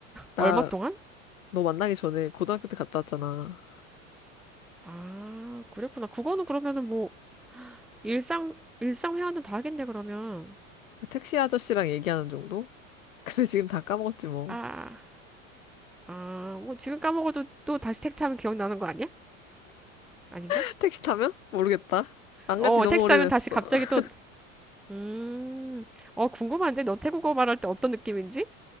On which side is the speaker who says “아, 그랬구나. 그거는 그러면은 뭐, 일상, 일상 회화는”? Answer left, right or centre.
Centre